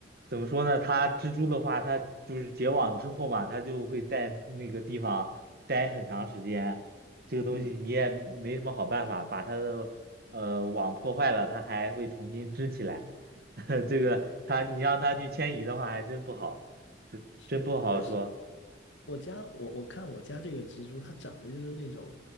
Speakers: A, on the right; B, on the left.
A: 怎么说呢？它蜘蛛的话，它就是结网之后嘛，它就会在那个地方待很长时间。这个东西你也没什么好办法，
B: 嗯，
A: 把它的呃网破坏了，它还会重新织起来。<laughs> 这个它你让它去迁移的话，还真不好，就真不好说
B: 是，但是我家我我看我家这个蜘蛛，它长得就是那种